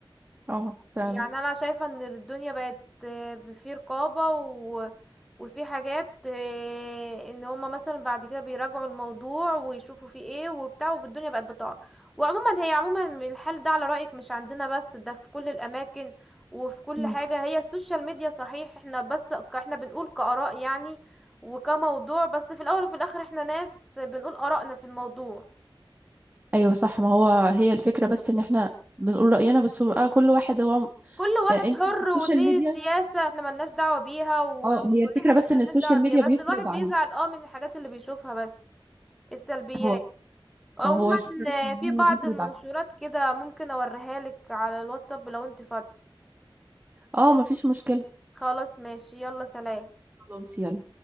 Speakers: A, on the right (about 20°); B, in the centre.
A: اه فعلا
B: يعني انا شايفة ان الدنيا بقت آه، في رقابة و... وفي حاجات آه، ان هما مثلا بعد كده بيراجعوا الموضوع ويشوفوا فيه ايه وبتاع والدنيا بقت بتقع وعموما هي عموما الحل ده على رأيك مش عندنا بس ده في كل الاماكن وفي كل
A: مم.
B: حاجة هي السوشيال ميديا صحيح احنا بس ك- احنا بنقول كآراء يعني وكموضوع بس في الاول وفي الاخر احنا ناس بنقول آرائنا في الموضوع
A: ايوه صح ما هو هي الفكرة بس ان احنا بنقول رأينا بس بقى كل واحد هو
B: كل واحد
A: آه، انت
B: حر ودي
A: السوشيال ميديا
B: سياسة احنا ملناش دعوة بيها و...
A: اه
B: ودي
A: هي الفكرة
B: حاجات
A: بس ان
B: ملناش
A: السوشيال
B: دعوة بيها
A: ميديا
B: بس
A: بيفرض
B: الواحد
A: عليك
B: بيزعل اه من الحاجات اللي بيشوفها بس السلبيات
A: هو
B: عموما
A: اه هو الفكرة
B: آه،
A: بس ان
B: في
A: هو
B: بعض
A: بيفرض
B: المنشورات
A: عليك
B: كده ممكن اوريها لك على الواتساب لو انت فاضي
A: اه مفيش مشكلة
B: خلاص ماشي يلا سلام
A: خلاص يلا